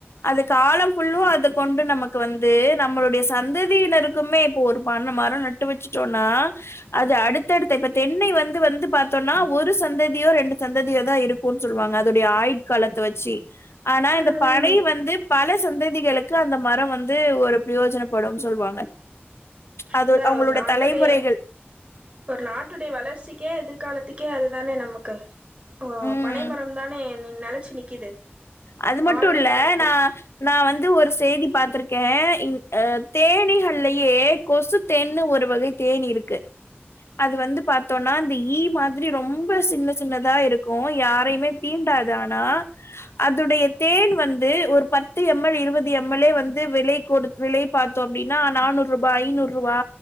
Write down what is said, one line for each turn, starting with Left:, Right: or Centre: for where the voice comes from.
Left: அது காலம் ஃபுல்லு அது கொண்டு நமக்கு வந்து நம்மளுடைய சந்ததியினருக்குமே இப்ப ஒரு பண்ண மரம் நட்டு வச்சுட்டோம்னா அது அடுத்தடுத்த இப்ப தென்னை வந்து வந்து பாத்தோம்னா ஒரு சந்ததியோ ரெண்டு சந்ததியோ தா இருக் கு சொல்லுவாங்க அதோடைய ஆயுட் காலத்தை வச்சு ஆனா
Right: ம்
Left: இந்த பனை வந்து பல சந்ததிகளுக்கு அந்த மரம் வந்து ஒரு பிரயோஜனப்படும்னு சொல்லுவாங்க அது
Right: இதா
Left: அவுங்களோட
Right: ஒரு நாட்டுடைய
Left: தலைமுறைகள்
Right: ஒரு நாட்டுடைய வளர்ச்சிக்கே எதிர்காலத்துக்கே அதுதானே நமக்கு ஓ
Left: ம்
Right: பனை மரம் தானே நி நெலச்சு நிக்குது
Left: அது மட்டு
Right: ஆழை
Left: இல்ல
Right: மரம் போ
Left: நா நா வந்து ஒரு செய்தி பாத்திருக்கே அ தேனிகள்லயே கொசு தேன்னு ஒரு வகை தேனீ இருக்கு அது வந்து பாத்தோனா இந்த ஈ மாதிரி ரொம்ப சின்ன சின்னதா இருக்கு யாரையுமே தீண்டாது ஆனா அதுடைய தேன் வந்து ஒரு பத்து எம்எல் இருவது எம்எல்லே வந்து விலை கொடுத்து விலை பாத்தோ அப்டின்னா நானூறு ரூபா ஐநூறு ரூபா